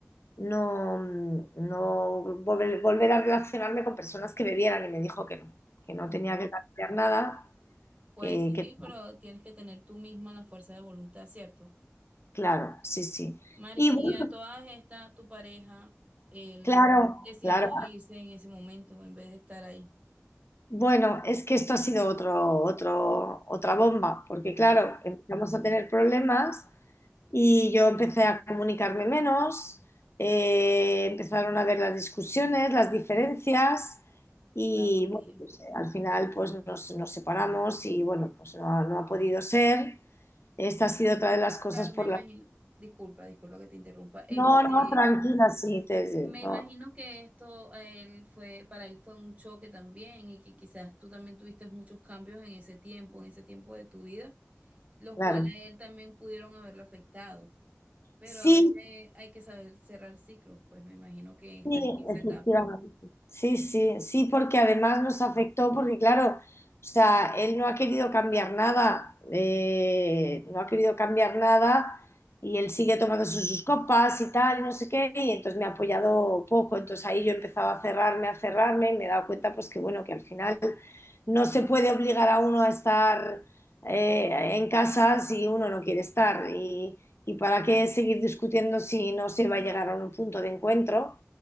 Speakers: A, on the left (about 60°); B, on the right (about 30°).
A: no, no volver, volver a relacionarme con personas que bebieran y me dijo que no, que no
B: No.
A: tenía que cambiar nada,
B: Puedes
A: que,
B: seguir,
A: que-
B: pero tienes que tener tú misma la fuerza de voluntad, ¿cierto?
A: claro, sí, sí.
B: Mari,
A: Y bueno,
B: y a todas estas, tu pareja, él
A: claro,
B: decidió
A: claro.
B: irse en ese momento en vez de estar ahí.
A: Bueno, es que esto ha sido otro, otro, otra bomba, porque claro,
B: Ah,
A: empezamos a tener problemas y yo empecé a comunicarme menos, eh, empezaron a ver las discusiones, las diferencias y
B: claro, María.
A: bueno, pues, eh, al final pues nos, nos separamos y bueno, pues no ha, no ha podido ser. Esta ha sido otra de las cosas
B: Claro,
A: por
B: me imagino.
A: las...
B: Disculpa, disculpa que te interrumpa. Este,
A: No, no, tranquila, sí, te-
B: me imagino
A: no,
B: que esto a él fue, para él fue un choque también y que quizás tú también tuviste muchos cambios en ese tiempo, en ese tiempo de tu vida, los
A: claro.
B: cuales a él también pudieron haberlo afectado. Pero
A: Sí,
B: a veces hay que saber cerrar ciclos, pues me imagino que estás
A: Sí,
B: en esa
A: efectivamente.
B: etapa.
A: Sí, sí, sí, porque además nos afectó, porque claro, o sea, él no ha querido cambiar nada, eh, no ha querido cambiar nada y él sigue tomando sus, sus copas y tal, y no sé qué, y entonces me ha apoyado poco, entonces ahí yo he empezado a cerrarme, a cerrarme, y me he dado cuenta pues que bueno, que al final no se puede obligar a uno a estar eh, en casa si uno no quiere estar, y, y para qué seguir discutiendo si no se va a llegar a un punto de encuentro